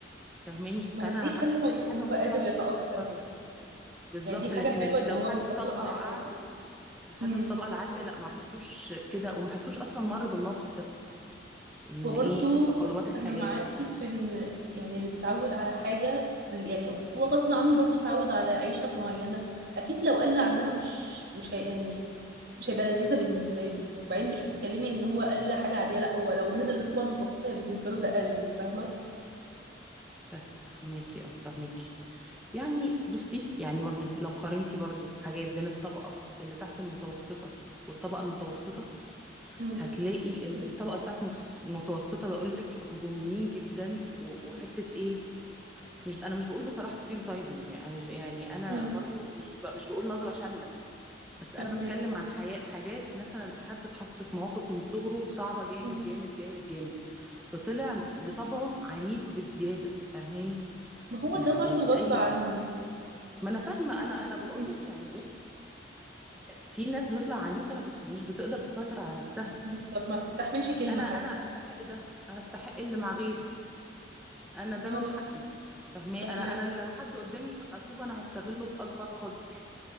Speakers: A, in the centre; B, on the right.
A: فاهماني
B: ما
A: فانا
B: هي دي حلوة
A: ه- اي حاجه
B: إن هو
A: مشكله
B: قادر
A: هتحصل
B: يتأقلم
A: لي هتصرف بالظبط
B: يعني دي
A: لكن
B: حاجة حلوة
A: ال-
B: إن
A: لو
B: هو
A: حد
B: بيتأقلم
A: طبقه
B: على
A: اعلى
B: أي حاجة
A: لحد
B: مم.
A: من الطبقه العاليه لا ما حسوش كده وما حسوش اصلا مر بالموقف ده ان
B: وبرضو
A: ايه تقلبات الحياه
B: أنا معاكي في إن يعني اللي بيتعود على حاجة يعني هو غصب عنه برضو اتعود على عيشة معينة أكيد لو قل عنها مش مش هي يعني مش هيبقى لذيذة بالنسبة له وبعدين مش بتتكلمي إن هو قل حاجة عادية لأ هو لو نزل للطبقة المتوسطة هي بالنسبة له ده قل فاهمة؟
A: فهماكي او فهماكي يعني بصي يعني برضو لو قارنتي برضو حاجات بين الطبقه اللي تحت المتوسطه والطبقه المتوسطه
B: مم.
A: هتلاقي ان الطبقه اللي تحت المتوس- المتوسطه بقول لك هجوميين جدا و- وحته ايه مش انا مش بقول بصراحه ستيريوتايبنج يعني أنا مش- يعني انا
B: مم.
A: برضو مش ب... مش بقول نظره شامله بس
B: فاهمك
A: انا بتكلم عن حياة حاجات مثلا حد اتحط في مواقف من صغره صعبة جامد
B: مم.
A: جامد جامد جامد فطلع بطبعه عنيف بزيادة فاهماني
B: ما هو
A: يعني
B: ده برضو غصب
A: اي
B: عنه
A: ما انا فاهمة انا انا بقول
B: مم.
A: لك يعني ايه في ناس بتطلع عنيفة بس مش بتقدر تسيطر على نفسها
B: بالظبط ما بتستحملش كلمة
A: انا انا
B: حتى
A: استحق ده انا استحق
B: مم.
A: اللي مع غيري انا
B: ما
A: ده من
B: هو
A: حقي فاهماني
B: فاهمك
A: انا انا لو حد قدامي اشوف انا هستغله باكبر قدر